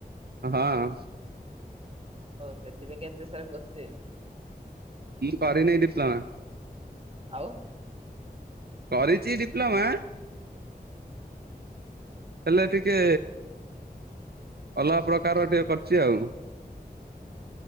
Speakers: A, on the right; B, on the right.
A: ହଁଅଁ।
B: ଓ ସେଥିପାଇକି ଏତେ ସାରା କୋସଚୀନ।
A: ମୁଁ କରିନିଁ ଡିପ୍ଲୋମା।
B: ଆଉ।
A: କରିଛି ଡିପ୍ଲୋମା ହେଲେ ଟିକେ ଅଲଗା ପ୍ରକାରର ଟିକେ କରିଛି ଆଉ।